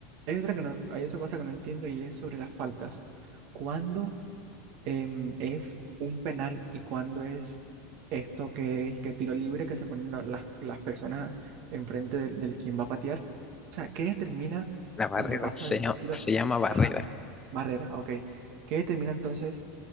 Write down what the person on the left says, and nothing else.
La barrera
se
llama,
se llama barrera.